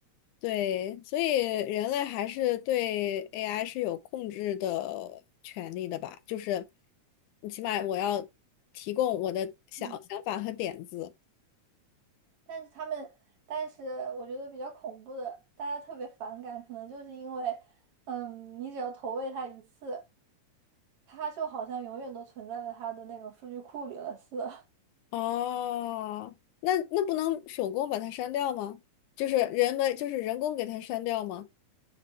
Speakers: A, on the left; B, on the right.
A: 对，所以人类还是对 AI 是有控制的权利的吧？就是你起码我要提供我的想想法和点子，
B: 嗯，但是他们，但是我觉得比较恐怖的，大家特别反感，可能就是因为，嗯，你只要投喂它一次，它就好像永远都存在了它的那种数据库里了似的。
A: 哦，那那不能手工把它删掉吗？就是人们就是人工给它删掉吗？